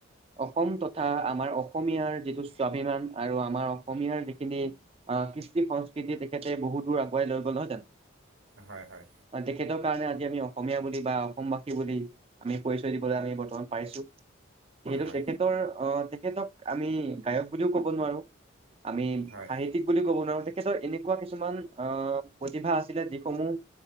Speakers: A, on the right; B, on the right.
A: অসম তথা আমাৰ অসমীয়াৰ যিটো স্বাভিমান আৰু আমাৰ অসমীয়াৰ যিখিনি কৃষ্টি সংস্কৃতি তেখেতে বহুত দূৰ আগুৱাই লৈ গ'ল নহয় জানো,
B: হয় হয়
A: তেখেতৰ কাৰণে আজি আমি অস অসমীয়া বুলি বা অসমবাসী বুলি আমি পৰিচয় দিবলৈ আমি বৰ্তমান পাইছোঁ যিহেতু
B: হয়
A: তেখেতৰ আহ', তেখেতক আমি গায়ক বুলিও কব নোৱাৰোঁ আমি
B: হয়
A: সাহিত্যিক বুলি ক'ব নোৱাৰোঁ তে তেখেতৰ এনেকুৱা কিছুমান আহ', প্ৰতিভা আছিলে যিসমূহ